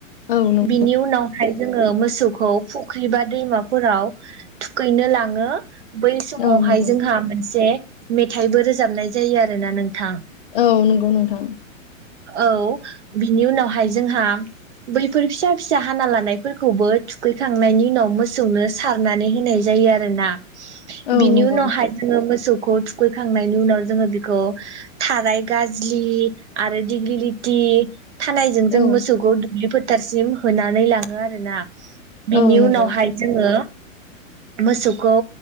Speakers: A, on the left; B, on the right.
A: औ नं
B: बिनि उनावहाय जोङो मोसौखौ फुख्रि बा दैमाफोराव थुखैनो लाङो। बै समावहाय
A: औ नंगौ
B: जोंहा मोनसे मेथाइबो रोजाबनाय जायो आरोना नोंथां।
A: औ नंगौ नोंथां।
B: औ बिनि उनावहाय जोंहा बैफोर फिसा फिसा हाना लानायफोरखौबो थुखैखांनायनि उनाव मोसौनो सारनानै होनाय जायो।
A: औ
B: बिनि
A: नंगौ
B: उनावहाय जोङो मोसौ खौ थुखैखांनायनि उनाव जोङो बेखौ थाराय गाजलि आरो दिग्लिलिटि थानायजों जों
A: औ
B: मोसौखौ दुब्लिफोर फोथारसिम होनानै लाङो आरो ना बिनि
A: औ नंगौ
B: उनावहाय जोङो। मोसौखौ